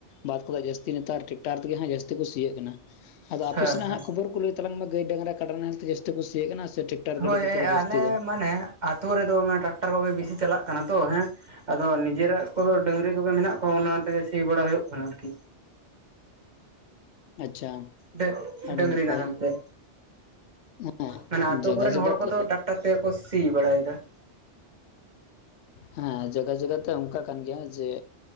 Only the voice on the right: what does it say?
ᱦᱮᱸ
ᱦᱮᱸ
ᱦᱳᱭ
ᱟᱞᱮ
ᱢᱟᱱᱮ ᱟᱛᱳ ᱨᱮᱫᱚ ᱴᱟᱠᱴᱟᱨ ᱠᱚᱵᱮ ᱵᱤᱥᱤ ᱪᱟᱞᱟᱜ ᱠᱟᱱᱟ ᱛᱚ ᱦᱮᱸ᱾ ᱟᱫᱚ ᱱᱤᱡᱮᱨᱟᱜ ᱠᱚ ᱰᱟᱹᱝᱨᱤ ᱠᱚᱜᱮ ᱢᱮᱱᱟᱜ ᱠᱚᱣᱟ ᱚᱱᱟᱛᱮᱜᱮ ᱥᱤ ᱵᱟᱲᱟ ᱦᱳᱭᱳᱜ ᱠᱟᱱᱟ ᱟᱨᱠᱤ᱾
ᱰᱮ
ᱰᱟᱹᱝᱨᱤ
ᱱᱟᱦᱮᱞ ᱛᱮ
ᱢᱟᱱᱮ ᱟᱛᱳ
ᱠᱚᱨᱮᱱ
ᱦᱚᱲ ᱠᱚᱫᱚ
ᱴᱟᱠᱴᱟᱨ ᱛᱮᱜᱮ ᱠᱚ ᱥᱤ ᱵᱟᱲᱟᱭᱫᱟ ᱾